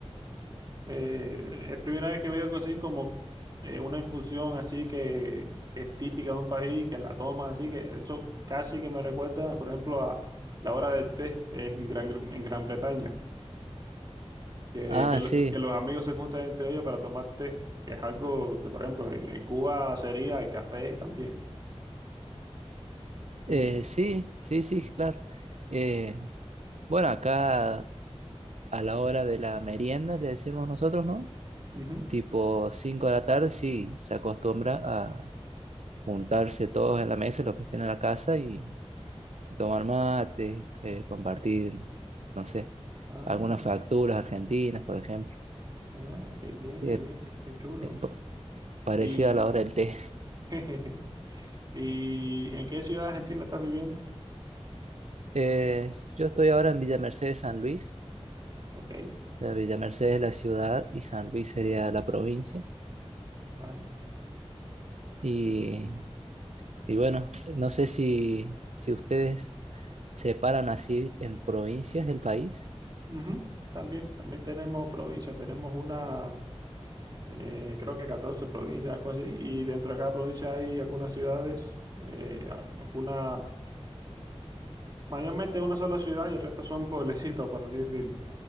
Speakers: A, on the right (about 40°); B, on the right (about 85°).
A: Eh, es primera vez que veo algo así como eh, una infusión así que es típica de un país, que la toman así, que eso casi que me recuerda, por ejemplo, a la hora del té en Gran, en Gran Bretaña, que,
B: Ah,
A: que, lo-
B: sí,
A: que los amigos se juntan entre ellos para tomar té, que es algo que, por ejemplo, en, en Cuba sería el café también.
B: eh,
A: <laughs>
B: sí, sí, sí, claro. Eh, bueno, acá a la hora de la merienda, le decimos nosotros, ¿no?
A: Ujú.
B: Tipo 5 de la tarde, sí, se acostumbra a juntarse todos en la mesa, los que estén en la casa, y, y tomar mate, eh, compartir, no sé,
A: Ah,
B: algunas facturas argentinas, por ejemplo.
A: ah, qué bien,
B: Sí,
A: qué bien, qué chulo.
B: eh, parecida
A: ¿Y,
B: a la hora del té.
A: <laughs> ¿y en qué ciudad de Argentina estás viviendo?
B: Eh, yo estoy ahora en Villa Mercedes, San Luis.
A: Ok,
B: O sea, Villa Mercedes es la ciudad y San Luis sería la provincia.
A: vale.
B: Y, y bueno, no sé si, si ustedes separan así en provincias del país.
A: Ujú, También, también tenemos provincias, tenemos una, eh, creo que 14 provincias, algo así, y dentro de cada provincia hay algunas ciudades, eh, a- alguna, mayormente una sola ciudad y el resto son pueblecitos, por así decirlo,